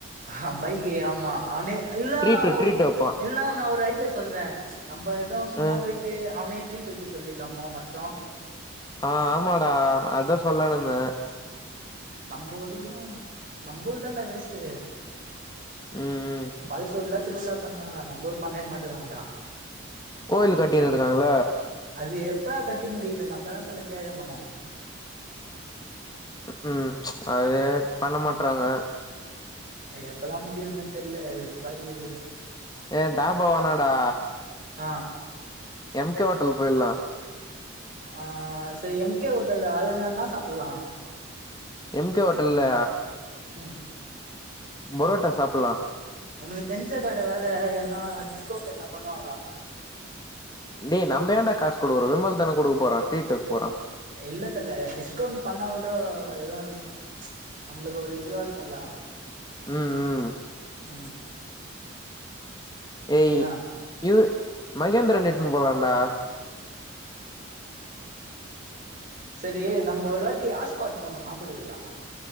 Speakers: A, on the right; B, on the left.
A: ஆ பைக்கு ஆமா அவனே இல்லா
B: ட்ரீட்டு
A: ஓ
B: ட்ரீட்டு வப்பா
A: எல்லா நா ஒரு ஐடியா சொல்றே நம்ப எதோ சும்மா
B: ம்
A: போயிட் ட்டு அவனே ட்ரீட் வைக்க சொல்லிலாமா மத்தோ
B: ஆ ஆமாடா அதான் சொல்லாணுந்த
A: நம்பொறுறூ நம்புள்தாண்டா வேஸ்ட்டு
B: ம் ம்
A: பக்கத்தூர்லா திருவிழா பண்றாங்களா நம்ப ஊர் பன்னவே மாட்றாங்கடா
B: கோயிலு கட்டினு இருக்காங்கள்ள
A: அது எப்படா கட்டி முடிக்கிற்து நம்மதா தல கேக்கணு
B: ம்கூம் அது பண்ண மாட்றாங்க
A: எப்பதா முடியுன்னு தெர்ல வெறுப்பாருகுது
B: ஏ தாபா வேநாடா
A: ஆ
B: எம் கே ஓட்டல் போயில்லா
A: ஆ செரி எம் கே ஓட்டல் அது தா என்னா சாப்பல்லா
B: எம் கே ஓட்டல்ல
A: ம்
B: புரோட்டா சாப்புல்லா
A: உனுக்கு தெரிஞ்ச கட வேற என்னா டிஸ்கவுண்ட் எத்ன்னா பண்ணுவாங்களா
B: டே நம்ப ஏண்டா காசு குடுக்க போறோ விமல் தான குடுக்க போறா ட்ரீட்டு வக்க போறா
A: இல்ல தல டிஸ்கவுண்ட் பண்ணா கூடோ எதுவு நம்ளுக்கு ஒரு இதுவா இருக்குல்ல
B: ம் ம்
A: ம்
B: ஏய்
A: என்னா
B: இ மகேந்திரன் இட்னு போலாண்டா
A: செரி நம்ப ஒரு வாட்டி ஆஸ்பாட் போனோ நாபகோ இருக்கா